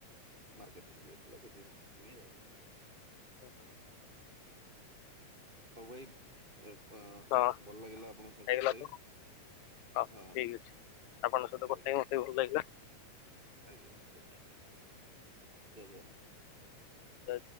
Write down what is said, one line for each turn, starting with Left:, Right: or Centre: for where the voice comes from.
Right: ମାର୍କେଟି <unintelligible> ସେଥି ପାଇଁ ଯିବି ଆଉ।
Left: ଓହୋ।
Right: ହଉ ଭାଇ ପ
Left: ହଁ,
Right: ଭଲ ଲାଗିଲା ଆପଣଙ୍କ ସାଙ୍ଗେ
Left: ହେଇଗଲା
Right: କଥା ହେଇ।
Left: ତ ହଉ
Right: ହଁ
Left: ଠିକ ଅଛି ଆପଣଙ୍କ ସହିତ
Right: ଆଜ୍ଞା
Left: କଥାହେଇକି ମତେ ବି ଭଲ ଲାଗିଲା।
Right: ଆଜ୍ଞା ଧନ୍ୟବାଦ ଜୟ ଜଗନ୍ନାଥ।
Left: ସେ।